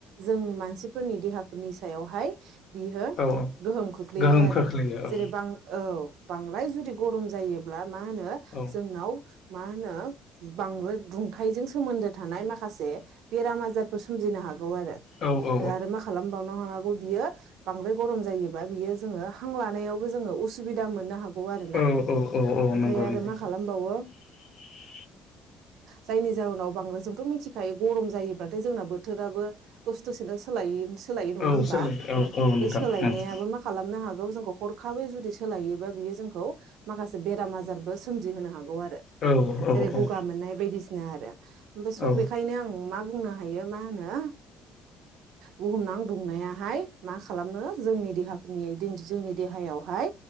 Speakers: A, on the right; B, on the left.
A: जों जों मानसिफोरनि देहाफोरनि सायावहाय बियो
B: औ
A: गोहोम खोख्लैयो
B: गोहोम
A: आरो
B: खोख्लैयो औ
A: जेरै बां औ बां बांद्राय जुदि गरम जायोब्ला मा होनो
B: औ
A: जोंनाव मा होनो बांद्राय दुंथाइजों सोमोन्दो थानाय माखासे बेराम आजारफोर सोमजिनो हागो गौ आरो
B: औ औ
A: आरो मा खालामबावनो हागौ बियो बांद्रा गरम जायोबा बियो जोंङो हां लानायावबो जोंङो उसुबिदा मोननो हागौ गौ आरोना
B: औ औ औ
A: ओमफ्राय
B: नंगौ
A: आरो
B: नंगौ नोंथां
A: मा खालामबावो
B: <unintelligible>
A: जायनि जाहोनाव बांद्राय जोंथ मिथिखायो गरम जायोब्लाथाय जोंना बोथोराबो दसे दसेनो सोलाय सोलायै नंङा
B: औ
A: होमबा
B: सोलायो औ औ नोंथां
A: बै सोलायनायाबो
B: नंगौ
A: मा खालामनो हागौ जों हरखाबै जुदि सोलायोबा बियो जोंखौ माखासे बेराम आजारबो सोमजिहोनो हागौ आरो
B: औ औ
A: जेरै
B: औ
A: गगा मोननाय बायदिसिना आरो स
B: औ
A: बेखायनो आं मा बुंनो हायो मा होनो बुहुमनां दुंनायाहाय मा खालामनो जोंनि देहायावहाय